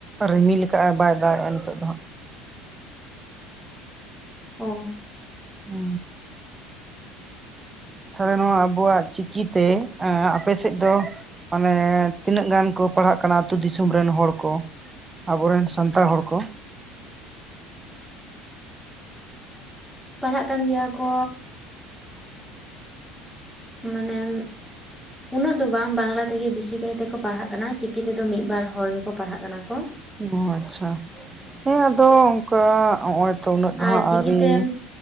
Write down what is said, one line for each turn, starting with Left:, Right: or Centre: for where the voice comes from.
Right: ᱨᱤᱢᱤᱞ ᱠᱟᱫ ᱟᱭ ᱵᱟᱭ ᱫᱟᱜᱮᱜᱼᱟ ᱱᱤᱛᱳᱜ ᱫᱚ ᱦᱟᱸᱜ
Centre: ᱚ
Right: ᱩ ᱛᱟᱦᱚᱞᱮ ᱱᱚᱣᱟ ᱟᱵᱚᱣᱟᱜ ᱪᱤᱠᱤ ᱛᱮ ᱟᱯᱮᱥᱮᱫ ᱫᱚ ᱢᱟᱱᱮ ᱛᱤᱱᱟᱹᱜ ᱜᱟᱱ ᱠᱚ ᱯᱟᱲᱦᱟᱜ ᱠᱟᱱᱟ ᱟᱛᱳ ᱫᱤᱥᱚᱢ ᱨᱮᱱ ᱦᱚᱲ ᱠᱚ ᱟᱵᱚᱨᱮᱱ ᱥᱟᱱᱛᱟᱲ ᱦᱚᱲ ᱠᱚ
Centre: ᱯᱟᱲᱦᱟᱜ ᱠᱟᱱ ᱜᱮᱭᱟ ᱠᱚ ᱢᱟᱱᱮ ᱩᱱᱟᱹᱜ ᱫᱚ ᱵᱟᱝ ᱵᱟᱝᱞᱟ ᱛᱮᱜᱮ ᱵᱮᱥᱤ ᱠᱟᱭᱛᱮ ᱠᱚ ᱯᱟᱲᱦᱟᱜ ᱠᱟᱱᱟ ᱪᱤᱠᱤ ᱛᱮᱫᱚ ᱢᱤᱫ ᱵᱟᱨ ᱦᱚᱲ ᱜᱮᱠᱚ ᱯᱟᱲᱦᱟᱜ ᱠᱟᱱᱟ ᱠᱚ᱾
Right: ᱚ ᱟᱪᱪᱷᱟ ᱾ ᱦᱮᱸ ᱟᱫᱚ ᱚᱱᱠᱟ ᱱᱚᱜ-ᱚᱭ ᱛᱚ ᱩᱱᱟᱹᱜ ᱫᱚ
Centre: ᱟᱨ
Right: ᱦᱟᱸᱜ
Centre: ᱪᱤᱠᱤᱛᱮᱢ
Right: ᱟᱹᱣᱨᱤ